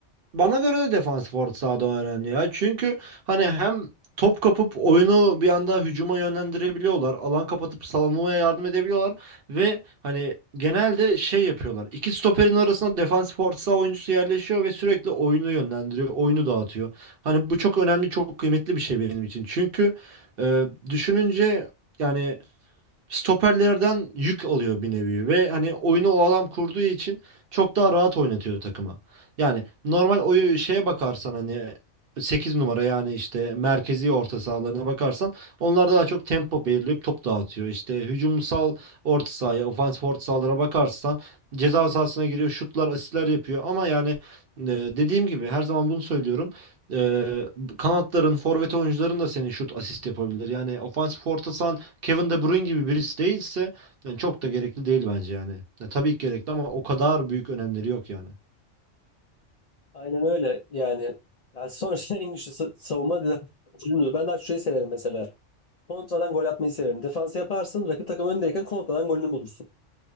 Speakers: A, on the right (about 55°); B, on the left (about 65°).
A: Bana göre de defansif orta sahada önemli ya. Çünkü hani hem top kapıp oyunu bir anda hücuma yönlendirebiliyorlar. Alan kapatıp savunmaya yardım edebiliyorlar. Ve hani genelde şey yapıyorlar. İki stoperin arasına defansif orta saha oyuncusu yerleşiyor ve sürekli oyunu yönlendiriyor. Oyunu dağıtıyor. Hani bu çok önemli, çok kıymetli bir şey benim için. Çünkü e, düşününce yani stoperlerden yük alıyor bir nevi ve hani oyunu o adam kurduğu için çok daha rahat oynatıyor takıma. Yani normal oyu şeye bakarsan hani 8 numara yani işte merkezi orta sahalarına bakarsan onlar daha çok tempo belirleyip top dağıtıyor. İşte hücumsal orta sahaya, ofansif orta sahalara bakarsan ceza sahasına giriyor, şutlar, asistler yapıyor ama yani e, dediğim gibi her zaman bunu söylüyorum. E, kanatların, forvet oyuncuların da senin şut asist yapabilir. Yani ofansif orta saha Kevin De Bruyne gibi birisi değilse yani çok da gerekli değil bence yani. Ya, tabii ki gerekli ama o kadar büyük önemleri yok yani.
B: Aynen öyle yani. Yani sonuçta en güçlü sa- savunma defans. Ben daha çok şeyi severim mesela. Kontradan gol atmayı severim. Defans yaparsın, rakip takım öndeyken kontradan golünü bulursun.